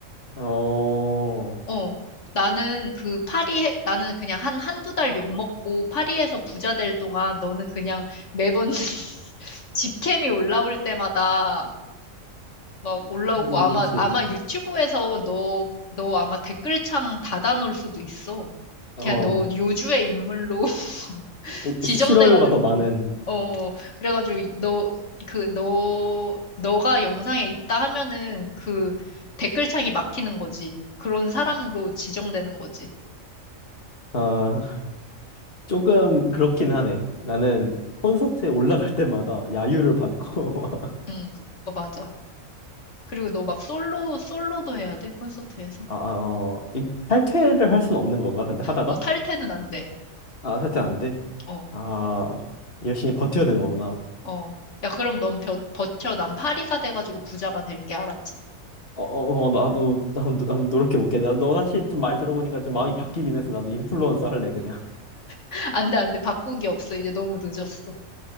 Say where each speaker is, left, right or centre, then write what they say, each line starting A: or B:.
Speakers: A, on the left; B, on the left.
A: 막, 어,
B: 어, 나는 그 파리, 나는 그냥 한, 한두 달 욕먹고 파리에서 부자 될 동안 너는 그냥 매번 <laughs> 직캠이 올라올 때마다 막 올라오고
A: 그,
B: 아마,
A: 그치.
B: 아마 유튜브에서 너, 너 아마 댓글창 닫아놓을 수도 있어.
A: 어,
B: 그냥 너 요주의 인물로 <laughs> 지정돼가지고,
A: 싫어요가 더 많은,
B: 어, 그래가지고 너, 그, 너, 너가 영상에 있다 하면은 그 댓글창이 막히는 거지. 그런 사람으로 지정되는 거지.
A: 아. 조금 그렇긴 하네. 나는 콘서트에 올라갈 때마다 야유를 받고 <laughs>
B: 응, 그- 어, 맞아. 그리고 너 막 솔로, 솔로도 해야 돼, 콘서트에서.
A: 아, 아, 어, 이 탈퇴를 할 수는 없는 건가? 근데 하다가?
B: 어, 탈퇴는 안 돼.
A: 아, 탈퇴 안 돼.
B: 어,
A: 아, 열심히 버텨야 되는 거구나.
B: 어. 야, 그럼 넌 벼- 버텨. 난 파리가 돼가지고 부자가 될게, 알았지?
A: 어, 어, 어, 나도, 나도, 나도 노력해 볼게. 나- 너 사실 좀 말 들어보니까 좀 마음이 바뀌긴 했어. 나도 인플루언서 할래, 그냥.
B: <laughs> 안 돼, 안 돼. 바꾸기 없어. 이제 너무 늦었어.